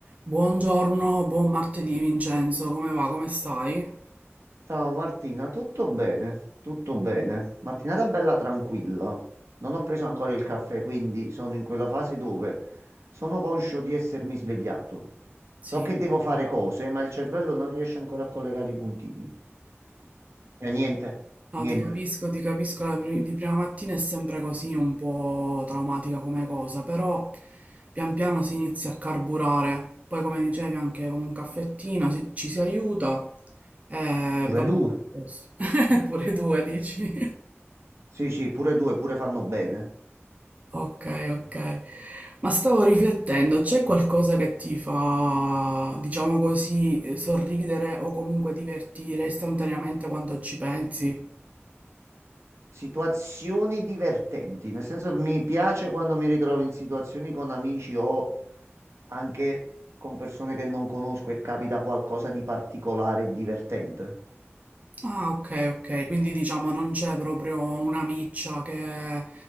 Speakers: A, on the right (about 30°); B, on the right (about 70°).
A: Buongiorno, buon martedì Vincenzo, come va? Come stai?
B: Ciao Martina, tutto bene? Tutto bene. Mattinata bella tranquilla. Non ho preso ancora il caffè, quindi sono in quella fase dove sono conscio di essermi svegliato.
A: Sì.
B: So che devo fare cose, ma il cervello non riesce ancora a collegare i puntini. Cioè, niente,
A: No,
B: niente.
A: ti capisco, ti capisco, la pri- di prima mattina è sempre così un po' traumatica come cosa, però pian piano si inizia a carburare, poi come dicevi anche con un caffettino si- ci si aiuta e
B: Pure
A: va a
B: due.
A: posto. <laughs> Pure due, dici?
B: Sì, sì, pure due, pure fanno bene.
A: Okay, okay. Ma stavo riflettendo, c'è qualcosa che ti fa, diciamo così, eh, sorridere o comunque divertire istantaneamente quando ci pensi?
B: Situazioni divertenti, nel senso mi piace quando mi ritrovo in situazioni con amici o anche con persone che non conosco e capita qualcosa di particolare e divertente.
A: Ah, ok, ok. Quindi diciamo non c'è proprio una miccia che